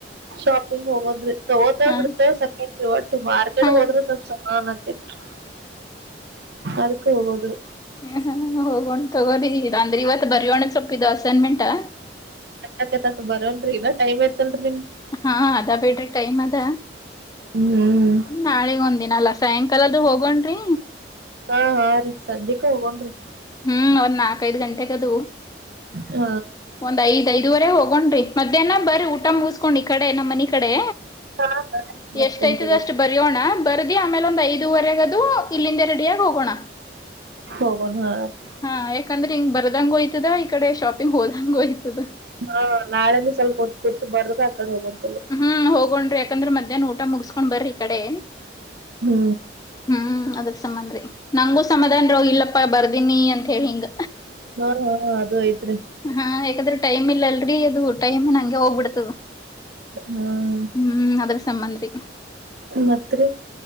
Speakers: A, on the right; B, on the left.
A: ಶಾಪಿಂಗ್ ಹೋಗೋದ್ರಿ ತಗೋತ
B: ಹಾ
A: ಬಿಡ್ತಾವ ಸಕೇನ್ರಿ ಒಟ್ಟು ಮಾರ್ಕೆಟ್
B: ಹಾ
A: ಹೋದ್ರ ಸ್ವಲ್ಪ್ ಸಮಾನನ್ ಆತೇತ್ರಿ ಅದಕ್ಕ ಹೋಗೋದು
B: ಹೂ ಹ ಹೋಗೊಂಡ್ ತಗೋಿ ಅಂದ್ರೆ ಇವತ್ ಬರಿರೋಣ ಸೊಪ್ಪಪಿದು ಅಸೈನ್ಮೆಂಟ್ಾ
A: ಹಾಕ ತಟ್ಟ ಬರೋನ್ರಿ ಇನಾ ಟೈಮ್ ಐತ್ತಲ್ರರಿ ನಿಮ್ದ್
B: ಹಾ ಅದ ಬಿೇಡ್ರಿ ಟೈಮ್ ಅದ
A: ಹ್ಮ್
B: ಹ ನಾಳಗ್ ಒಂದ ದಿನ ಅಲ್ಲ ಸಾಯಂಕಾಲದ ಹೋಗೊಂಡ್ರಿ
A: ಹಾ ಹಾ ರೀ ಸಂಜಿಕ ಹೋಗೋನ್ಿ
B: ಹು ಒಂದ ನಾಲ್ಕೈದು ಗಂಟೆಗದು.
A: ಹ
B: ಒಂದ್ ಐದ್ಐದುವರೆ ಹೋಗೊಂಡ್ರಿ ಮಧ್ಯಾಹ್ನ ಬರಿ ಊಟ ಮುಗಿಸಕೊಂಡ್ ಈ ಕಡೆ ನಮ್ಮ ಮನಿ ಕಡೆ.
A: ಹಾ ಬರ್ತೇನ್
B: ಎಷ್ಟಐತದ
A: ತಗೋರಿ
B: ಅಷ್ಟು ಬರಯೋಣ ಬರದಿ ಆಮೇಲೆ ಒಂದ ಐದುವರೆಗದ ದು ಇಲ್ಲಿಂದ ರೆಡ ಆಗಿ ಹೋಗೋಣ
A: ಹೋಗನ ಹಾರಿ
B: ಹಾ ಯಾಕಂದ್ರೆ ಹಿಂಗ್ ಬರ್ದಂಗೊಯ್ತದ ಈ ಕಡೆ ಶಾಪಿಂಗ್ ಹೋದಂಗೋಯ್ತದ.
A: ಹಾ ನಾಳೆನು ಸ್ವಲ್ಪತ್ ಕೂತ್ ಬರದ ಆಕಡೆ ಹೋಗತಗೋ
B: ಹ ಹೋಗೊಂಡ್ರಿ ಯಾಕಂದ್ರ ಮಧ್ಯಾಹ್ ಊಟ ಮುಗಸ್ಕೊಂಡ್ ಬರಿ ಈ ಕಡೆ
A: ಹು
B: ಹು ಅದಕ ಸಮಂದ್ರಿ ನಂಗೂ ಸಮಾಧನ ರ ಇಲ್ಲಪ್ಪಾ ಬರ್ದೀನಿ ಅಂತ ಹೇಳಿ ಹಿಂಗ
A: ಹಾ ಹಾ ಅದು ಐತ್ರಿ
B: ಹಾ ಯಾಕಂದ್ರ ಟೈಮ್ ಇಲ್ಲ ಅಲ್ಲಡ್ರಿ ಅದು ಟೈಮ್ ಇನ್ ಹಂಗೆ ಹೋಗ್ಬಿಡ್ತದ.
A: ಹ್ಮ್
B: ಹು ಅದರ ಸಮಂದ್ರಿ
A: ಮತ್ರಿ